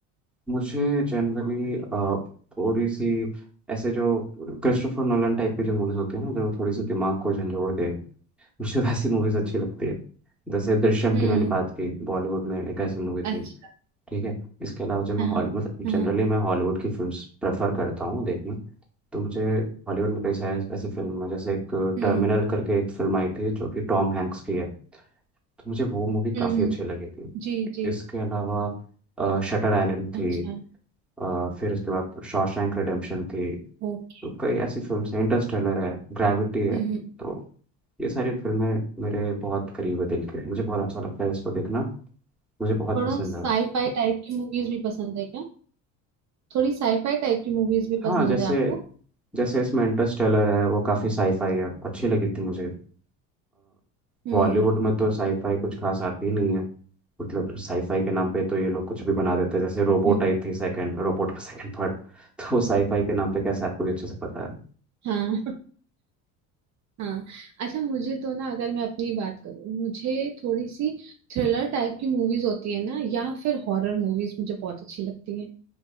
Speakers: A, in the centre; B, on the right.
A: मुझे जनरली थोड़ी सी ऐसे जो क्रिस्टोफर नोलन टाइप की जो मूवीज होती है ना जो थोड़ी सी दिमाग को झंझोड़ दे मुझे <laughs> वैसी मूवीज अच्छी लगती है जैसे दृश्यम
B: हम्म
A: की मैंने बात की बॉलीवुड में एक ऐसी मूवी थी
B: अच्छा
A: ठीक है इसके अलावा जब मैं
B: हाँ
A: हॉल
B: हाँ
A: मतलब
B: हाँ
A: जनरली
B: हाँ।
A: मैं हॉलीवुड की फिल्म प्रेफर करता हूँ देखना तो मुझे हॉलीवुड में कई सारी ऐसी फिल्म है जैसे एक
B: हम्म
A: टर्मिनल करके एक फिल्म आई थी जो कि टॉम हैंक्स की है तो मुझे वो मूवी काफ़ी
B: हम्म हम्म,
A: अच्छी लगी थी
B: जी जी
A: इसके अलावा शटर आइलैंड
B: अच्छा
A: थी अ, फिर इसके बाद शॉशैंक रिडेम्पशन थी
B: ओके
A: तो कई ऐसी फिल्म्स हैं इंटरस्टेलर है ग्रेविटी है
B: हम्म हम्म।
A: तो ये सारी फिल्में मेरे बहुत करीब है दिल के मुझे बहुत अच्छा लगता है इसको देखना मुझे बहुत
B: थोड़ा
A: पसंद
B: साईफाई
A: है
B: टाइप की मूवीज भी पसंद है क्या थोड़ी साईफाई टाइप की मूवीज भी
A: हाँ
B: पसंद
A: जैसे
B: है आपको
A: जैसे इसमें इंटरस्टेलर है वो काफ़ी साईफाई है अच्छी लगी थी मुझे अ,
B: हम्म
A: बॉलीवुड में तो साईफाई कुछ खास आती ही नहीं है मतलब साईफाई के नाम पे तो ये लोग कुछ भी बना देते हैं जैसे रोबोट
B: हम्म
A: आई थी सेकंड रोबोट का सेकंड पार्ट <laughs> तो वो साईफाई के नाम पे कैसे आपको भी अच्छे से पता है
B: हाँ हाँ अच्छा मुझे तो ना अगर मैं अपनी बात करूँ मुझे थोड़ी सी थ्रिलर टाइप की मूवीज होती है ना या फिर हॉरर मूवीज मुझे बहुत अच्छी लगती है